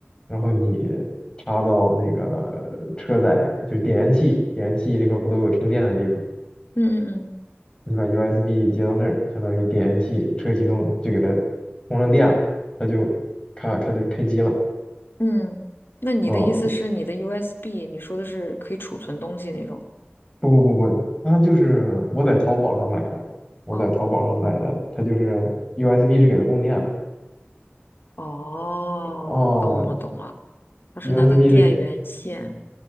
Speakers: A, on the left; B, on the left.
A: 然后你插到那个车载，就是点烟器，点烟器那块儿不都有充电的地方？
B: 嗯嗯
A: 你把 USB 接到那儿，相当于点烟器车启动就给它充上电了，它就咔开就开机了。
B: 嗯嗯。那你的意思是你的
A: 嗯，
B: USB，你说的是可以储存东西那种？
A: 不不不不，它就是我在淘宝上买的，我在淘宝上买的，
B: 哦
A: 它就是 USB 是给它供电的。
B: 哦，
A: 哦
B: 懂了懂了，它是拿它电源线，
A: ，USB 是给，